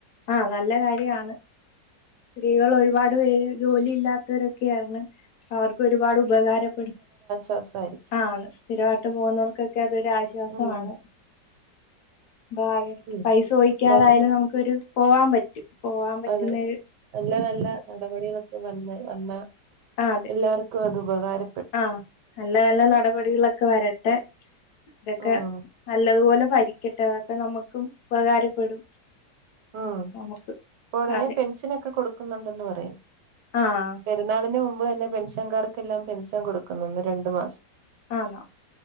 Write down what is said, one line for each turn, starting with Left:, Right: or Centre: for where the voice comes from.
Left: ആഹ് നല്ല കാര്യം ആണ് സ്ത്രീകള് ഒരുപാട് പേര് ജോലി ഇല്ലാത്തോരൊക്കെയാണ് അവർക്ക് ഒരുപാട് ഉപകാരപ്പെടും
Right: നല്ല സാരി
Left: ആന്ന് സ്ഥിരായിട്ട് പോകുന്നവർക്കൊക്കെ അതൊരു ആശ്വാസവാണ്
Right: ഉം
Left: ആരടെടുത്തും
Right: ഉം
Left: പൈസ ചോയിക്കാതായാലും
Right: എന്തായാലും
Left: നമുക്കൊരു പോവാൻ പറ്റും പോവാൻ പറ്റുന്നെ
Right: അതെ
Left: ഒരു
Right: നല്ല നല്ല നടപടികളൊക്കെ വന്ന് വന്നാ
Left: ആഹ് അതെ
Right: എല്ലാർക്കും അത് ഉപകാര
Left: ആഹ് നല്ല നല്ല നടപടികളൊക്കെ വരട്ടെ ഇതൊക്കെ
Right: ഉം
Left: നല്ലതുപോലെ ഭരിക്കട്ടെ അതൊക്കെ നമ്മക്കും ഉപകാരപ്പെടും
Right: ആഹ്
Left: നമുക്ക്
Right: ഉടനെ
Left: അതെ
Right: പെൻഷനൊക്കെ കൊടുക്കുന്നുണ്ടെന്ന് പറയുന്ന്
Left: ആഹ്
Right: പെ രുന്നാളിന് മുമ്പ് തന്നെ പെൻഷൻകാർക്കെല്ലാം പെൻഷൻ കൊടുക്കുന്നുന്ന് രണ്ടു മാസം
Left: ആണോ